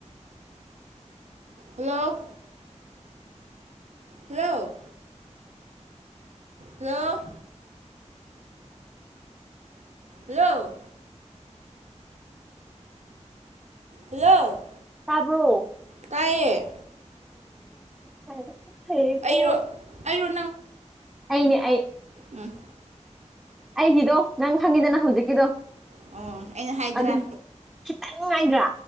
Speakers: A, on the right; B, in the centre.
A: hello hello hello hello hello
B: ꯇꯥꯕ꯭ꯔꯣ
A: ꯇꯥꯏꯌꯦ
B: ꯐ ꯐꯔꯕꯣ
A: ꯑꯩꯔꯣ ꯑꯩꯔꯣ
B: ꯑꯩꯅꯦ ꯑꯩ
A: ꯎꯝ
B: ꯑꯩꯒꯤꯗꯣ ꯅꯪ ꯈꯪꯉꯤꯗꯅ ꯍꯧꯖꯤꯛꯀꯤꯗꯣ
A: ꯑꯣ ꯑꯩꯅ ꯍꯥꯏꯗ꯭ꯔꯥ
B: ꯑꯗꯨꯝ ꯈꯤꯇꯪ ꯅꯨꯡꯉꯥꯏꯗ꯭ꯔꯥ